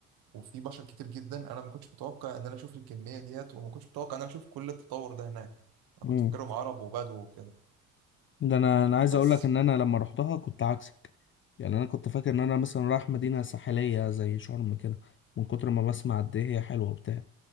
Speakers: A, on the right; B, on the left.
A: وفي بشر كتير جدا انا ما كنتش متوقع ان انا اشوف الكميه ديت وما كنتش متوقع ان انا اشوف كل التطور ده هناك انا
B: مم.
A: كنت فاكرهم عرب وبدو وكده
B: ده انا انا عايز
A: بس
B: اقول لك ان انا لما رحتها كنت عكسك يعني انا كنت فاكر ان انا مثلا رايح مدينه ساحليه زي شرم كده من كتر ما بسمع قد ايه هي حلوه وبتاع